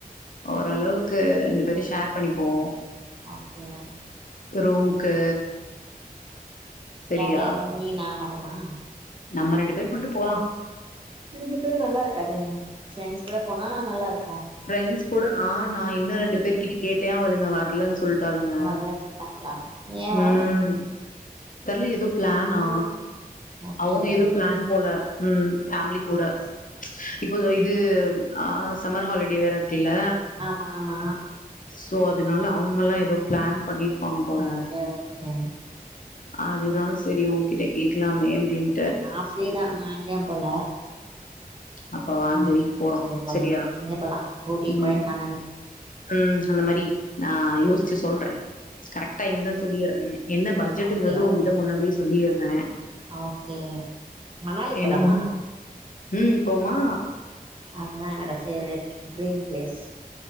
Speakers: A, on the left; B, on the right.
A: ஓரளவுக்கு ரெண்டு பேரு ஷேர் பண்ணிப்போ
B: ஓகே
A: ரூம்க்கு சரியா
B: யார் யாரு நீீ நா மட் ட்டுமா
A: நம்ம ரெண்டு பேரு மட்டு போலா
B: ரெண்டு பேரு நல்லா இருக்காதே ஃப்ரெண்ட்ஸ் கூட போனா நல்லா இருக்
A: ஃப்ரெண்ட்ஸ் கூட ஆ நா இன்னு ரெண்டு பேரு கிட்ட கேட்டே அவுளுங்க வர்லன்ஸ் சொல்லிட்டாளுங்க
B: வர்ல சொல்ட்டாங்களா ஏவா
A: ம் தெர்ல எதோ பிளேனா
B: ம் ஓகே
A: அவங்க
B: ஓகே
A: எதோ பிளேன் போல ம் ஃபேமிலி
B: செரி
A: கூட
B: செரி
A: இப்ப இதோ இது ஆ சம்மர் ஹாலிடே வேற இருக் க்குல
B: ஆமா ஆமா
A: சோ அதனால அவங்கல்லா எதோ பிளேன் பண்ணி ருப்பாங்க போல
B: ஓகே ஓகே
A: அதுதா சேரி உங்கிட்ட கேக்கலாமேன் அப்டின்
B: ஆசைதா நா எங்கையும் போல
A: அப்ப வா
B: ம்
A: இந்த வீக் போறோ
B: சேரி போலா
A: சரியா
B: எங்க போலா ஊட்டி
A: ம்
B: கொடைக்கானல்
A: ம் அந்த மாரி நா யோசுச்சு
B: ம்
A: சொல்ற கரெக்டா எங்கன் சொல்லிர்ற என்ன பட்ஜெட்ங்குறது
B: ஓகே ஓகே
A: உங்கிட்ட முன்னாடியேஸ் சொல்லிர்ற
B: ஓகே மணாலி
A: ஏன்னா
B: போலாமா
A: முன்னு ம் போமா
B: அதுதா என்னோட ஃபேவரேட் ட்ரிம் ப்ளீஸ்